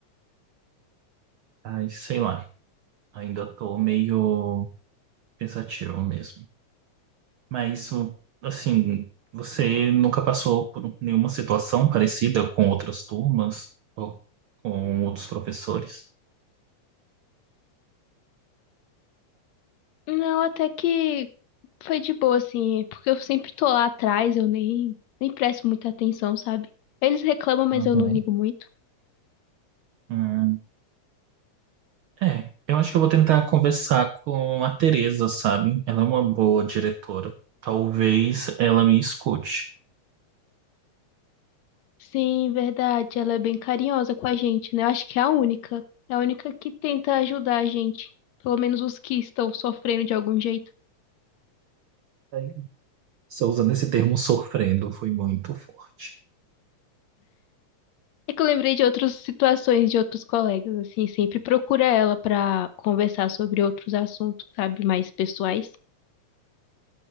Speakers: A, on the right; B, on the left.
A: Ai, sei lá. Ainda tô meio pensativo mesmo. Mas isso, assim, você nunca passou por nenhuma situação parecida com outras turmas ou com outros professores?
B: Não, até que foi de boa, assim, é porque eu sempre tô lá atrás, eu nem, nem presto muita atenção, sabe? Eles reclamam, mas
A: Uhum.
B: eu não ligo muito.
A: Hum, É, eu acho que eu vou tentar conversar com a Teresa, sabe? Ela é uma boa diretora. Talvez ela me escute.
B: Sim, verdade, ela é bem carinhosa com a gente, né? Eu acho que é a única. É a única que tenta ajudar a gente. Pelo menos os que estão sofrendo de algum jeito.
A: Aí, Só usando esse termo sofrendo, foi muito forte.
B: É que eu lembrei de outras situações de outros colegas, assim, sempre procura ela pra conversar sobre outros assuntos, sabe, mais pessoais.